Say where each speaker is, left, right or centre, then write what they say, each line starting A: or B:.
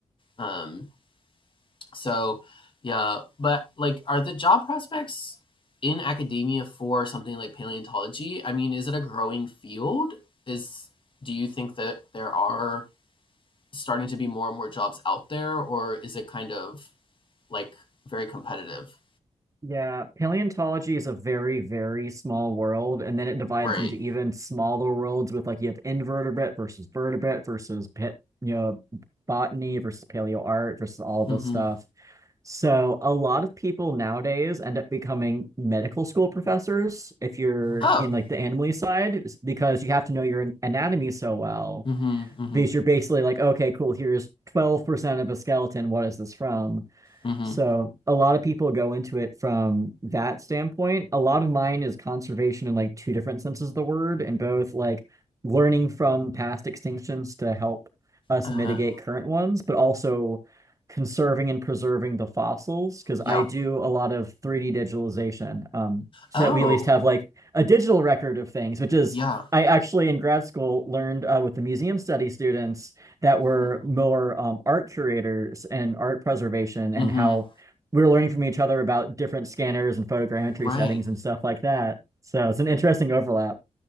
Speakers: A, on the left; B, on the right.
A: Um, So, yeah, but like, are the job prospects in academia for something like paleontology? I mean, is it a growing field? Is do you think that there are starting to be more and more jobs out there, or is it kind of like very competitive?
B: Yeah, paleontology is a very, very small world, and then it divides
A: Right.
B: into even smaller worlds with like you have invertebrate versus vertebrate versus pit, you know, botany versus paleo art versus all
A: Mm-hmm.
B: this stuff. So a lot of people nowadays end up becoming medical school professors if you're
A: Oh.
B: in like the animal side it's because you have to know your an- anatomy so well
A: Mm-hmm. Mm-hmm.
B: because you're basically like, okay, cool, here's 12% of a skeleton. What is this from?
A: Mm-hmm.
B: So a lot of people go into it from that standpoint. A lot of mine is conservation in like two different senses of the word, and both like learning from past extinctions to help us
A: Uh-huh.
B: mitigate current ones, but also conserving and preserving the fossils because
A: Yeah.
B: I do a lot of 3D digitalization, um, so
A: Oh.
B: that we at least have like a digital record of things, which is
A: Yeah.
B: I actually in grad school learned uh, with the museum study students that were
A: Mm-hmm.
B: more um, art curators and art preservation and
A: Mm-hmm.
B: how we were learning from each other about different scanners and photogrammetry
A: Right.
B: settings and stuff like that. So it's an interesting overlap.